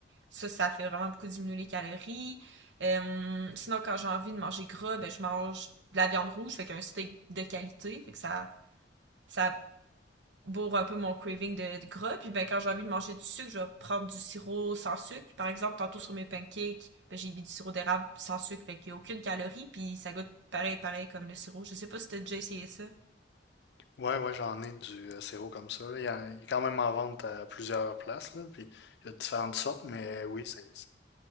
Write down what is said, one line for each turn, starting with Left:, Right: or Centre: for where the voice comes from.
Right: Ça, ça fait vraiment beaucoup diminuer les calories. Euh, sinon, quand j'ai envie de manger gras, ben, je mange de la viande rouge, fait qu'un steak de qualité, fait que ça, ça pour un peu mon craving de, de gras. Puis ben quand j'ai envie de manger du sucre, je vais prendre du sirop sans sucre. Par exemple, tantôt sur mes pancakes, ben, j'ai mis du sirop d'érable sans sucre, fait qu'il n'y a aucune calorie, puis ça goûte pareil, pareil comme le sirop. Je sais pas si t'as déjà essayé ça.
Left: Ouais, ouais, j'en ai du euh, sirop comme ça. là. Il, y a- il est quand même en vente à plusieurs places, là, puis il y a différentes sortes, mais oui, c'est c'est-